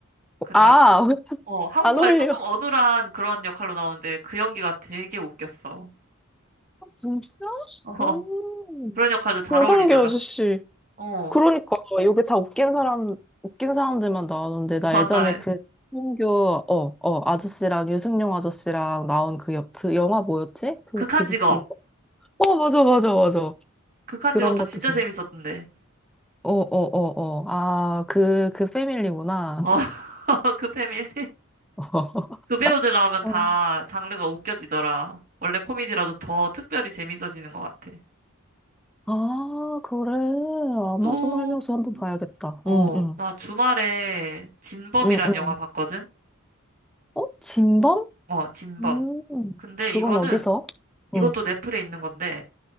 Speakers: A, on the right; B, in the centre.
A: 그래가지고
B: 아,
A: 어, 한국말이
B: 안 어울려.
A: 조금 어눌한 그런 역할로 나오는데 그 연기가 되게 웃겼어.
B: <laughs> 진짜?
A: 어, <laughs>
B: 음.
A: 그런 역할도 잘
B: 진성기
A: 어울리더라.
B: 아저씨.
A: 어,
B: 그러니까 여기 다 웃긴 사람 웃긴 사람들만 나오는데 나
A: 맞아.
B: 예전에 그 홍교 어 어 아저씨랑 유승용 아저씨랑 나온 그, 여, 그 영화 뭐였지? 그
A: 극한
B: 되게
A: 직업.
B: 웃긴 거. 어 맞아 맞아 맞아.
A: 극한
B: 그런
A: 직업도
B: 것도
A: 진짜
B: 재밌.
A: 재밌었던데.
B: 어어어 어. 어, 어. 아그 그 패밀리구나.
A: 어, <laughs> 그 패밀.
B: <laughs>
A: 그 배우들 나오면
B: 어.
A: 다 장르가 웃겨지더라. 원래 코미디라도 더 특별히 재밌어지는 것 같아.
B: 아 그래 아마존
A: 또,
B: 활명수 한번 봐야겠다.
A: 어,
B: 응응
A: 나 주말에 진범이란
B: 응응.
A: 영화 봤거든?
B: 어 진범?
A: 어, 진범.
B: 음
A: 근데
B: 그건
A: 이거는,
B: 어디서?
A: 이것도
B: 응응.
A: 넷플에 있는 건데,